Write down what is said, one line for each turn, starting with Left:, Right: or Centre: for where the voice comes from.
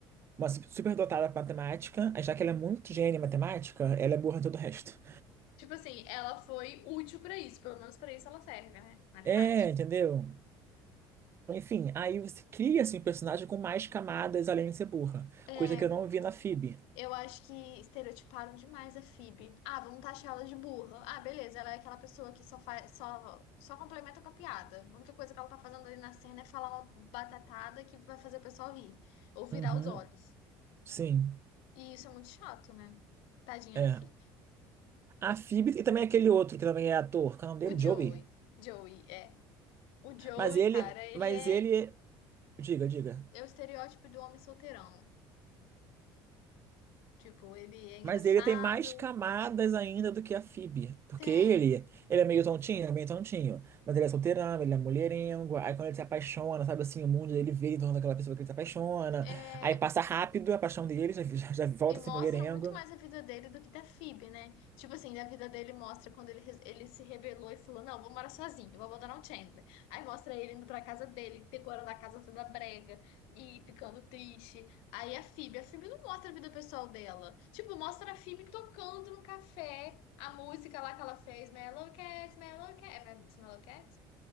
Right: Uma su- superdotada pra matemática, aí já que ela é muito gênia em matemática, ela é burra em todo o resto.
Left: Tipo assim, ela foi útil pra isso. Pelo menos pra isso ela serve, né? Matemática.
Right: É, entendeu? Enfim, aí você cria, assim, um personagem com mais camadas além de ser burra.
Left: É.
Right: Coisa que eu não vi na Phoebe.
Left: Eu acho que estereotiparam demais a Phoebe. Ah, vamos taxar ela de burra. Ah, beleza, ela é aquela pessoa que só faz, só, só complementa com a piada. A única coisa que ela tá fazendo ali na cena é falar uma batatada que vai fazer o pessoal rir ou virar
Right: Uhum,
Left: os olhos.
Right: sim,
Left: E isso é muito chato, né? Tadinha
Right: é.
Left: da Phoebe.
Right: A Phoebe e também aquele outro que também é ator, qual é o nome
Left: O
Right: dele?
Left: Joey,
Right: Joey?
Left: Joey é. O Joey,
Right: Mas ele,
Left: cara, ele
Right: mas
Left: é,
Right: ele, diga, diga.
Left: é o estereótipo do homem solteirão. Tipo, ele é engraçado,
Right: Mas ele tem mais camadas ainda do que a Phoebe. Porque
Left: tem.
Right: ele, ele é meio tontinho, é meio tontinho. Mas ele é solteirão, ele é mulherengo. Aí quando ele se apaixona, sabe assim, o mundo dele vira em torno daquela pessoa que ele se apaixona.
Left: é,
Right: Aí passa rápido a paixão dele, já, já, já volta
Left: E mostra
Right: a ser mulherengo.
Left: muito mais a vida dele do que da Phoebe, né? Tipo assim, a vida dele mostra quando ele, res- ele se rebelou e falou: Não, vou morar sozinho, vou abandonar o Chandler. Aí mostra ele indo pra casa dele, decorando a casa toda brega e ficando triste. Aí a Phoebe, a Phoebe não mostra a vida pessoal dela. Tipo, mostra a Phoebe tocando no café a música lá que ela fez: Melow Cat, Melow Cat. É Melow Cat?